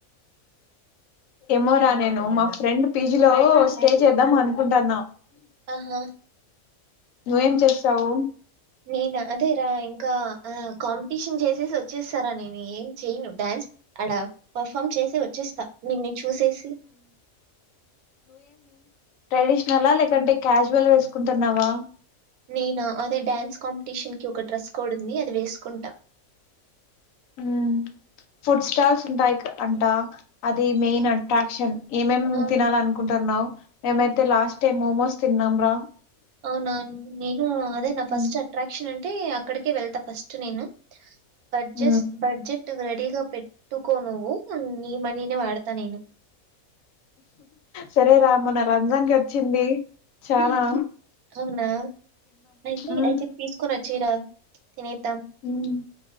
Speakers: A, on the left (about 70°); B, on the right (about 90°).
A: ఏమో రా నేను మా ఫ్రెండ్ పీజీలో స్టే చేద్దాం అనుకుంటాన్నా
B: అమ్మో
A: ఏం చేస్తావు
B: నేనా అదేరా ఇంకా కాంపిటీషన్ చేసేసి వచ్చేస్తారా నేను ఏం చెయను డ్యాన్స్ అడ పర్ఫామ్ చేసి వచ్చేస్తా నిన్ను చూసేసి
A: ట్రెడిషనల్ ఆ లేకుంటే క్యాజువల్ వేసుకుంటున్నావా
B: నేనా అదే డాన్స్ కాంపిటీషన్ కి ఒక డ్రెస్ కోడ్ ఉంది అది వేసుకుంటా.
A: ఉ ఫుడ్ స్టాల్స్ ఉంటాయి అంటా అది మెయిన్ అట్రాక్షన్ ఏమేం
B: ఆ!
A: తినాలనుకుంటున్నావు మేమైతే లాస్ట్ టైం మోమోస్ తిన్నాం రా
B: అవునాన్ మీ హు అదే నా
A: మ్మ్
B: ఫస్ట్ అట్రాక్షన్ అంట టే అక్కడికే వెళ్తా ఫస్ట్ నేను బర్జెస్
A: మ్మ్
B: బర్జెక్ రెడీగా పెట్టుకో నువు నీ మనీనే వాడతా నేను
A: సరే రా మొన్న రంజాన్ కి వచ్చింది చానా
B: అవునా అయితే
A: మ్మ్
B: అయితే తీసుకొని వ చ్చిరా తినేద్దాం
A: మ్మ్